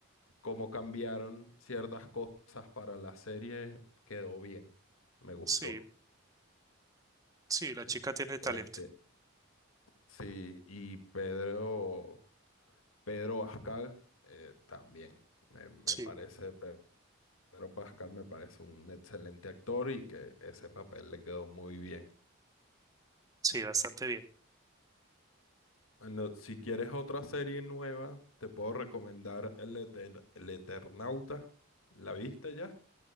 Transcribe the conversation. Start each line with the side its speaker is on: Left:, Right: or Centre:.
Left: como cambiaron ciertas cosas para la serie, quedó bien. Me gustó.
Right: sí, sí, la
Left: Sí.
Right: chica tiene talento,
Left: Este, sí, y Pedro. Pedro Pascal eh, también. Me, me
Right: sí,
Left: parece, Pedro Pascal me parece un excelente actor y que ese papel le quedó muy bien.
Right: sí, bastante bien.
Left: Bueno, si quieres otra serie nueva, te puedo recomendar El, Eter- El Eternauta. ¿La viste ya?